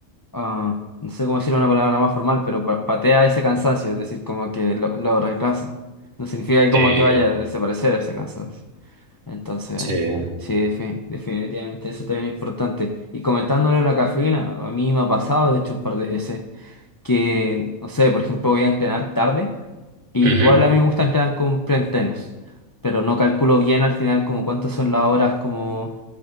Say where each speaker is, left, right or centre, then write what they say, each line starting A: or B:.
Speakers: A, on the left (about 30°); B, on the right (about 75°).
A: ah, no sé cómo decirlo en una palabra más formal, pero pa- patea ese cansancio, es decir, como que lo, lo reemplaza. No significa que
B: Eh,
A: como que vaya a desaparecer ese cansancio. Entonces,
B: sí.
A: sí, defi- definitivamente eso también es importante. Y comentándole la cafeína, a mí me ha pasado, de hecho, un par de veces, que, no sé, por ejemplo, voy a entrenar tarde, y
B: Ujú.
A: igual a mí me gusta entrenar con preentrenos, pero no calculo bien al final como cuántas son las horas como